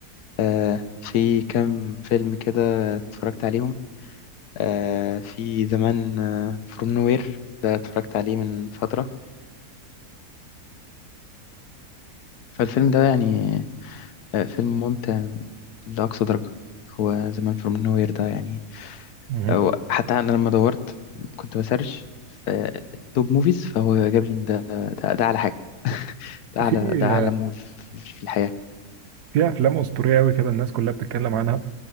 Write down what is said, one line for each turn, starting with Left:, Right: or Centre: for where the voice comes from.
Left: آه، في كام فيلم كده اتفرجت عليهم آه، في زمان فروم نوير ده اتفرجت عليه من فتره فالفيلم ده يعني آه، فيلم ممتع لأقصى درجة هو زمان فروم نو وير ده يعني
Right: مهم.
Left: أو حتى أنا لما دورت كنت بسرش في التوب موفيز فهو جاب لي إن ده ده, ده أعلى حاجة ده
Right: في
Left: أعلى ده أعلى موفي في في الحياة
Right: في افلام اسطوريه قوي كده الناس كلها بتتكلم عنها